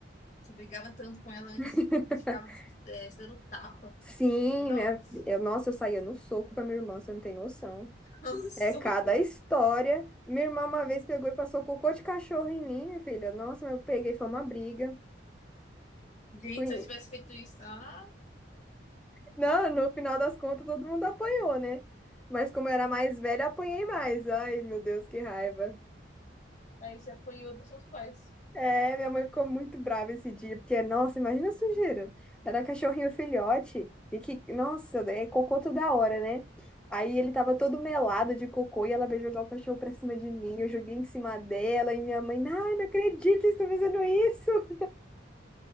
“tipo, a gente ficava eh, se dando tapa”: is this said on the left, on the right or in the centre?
Left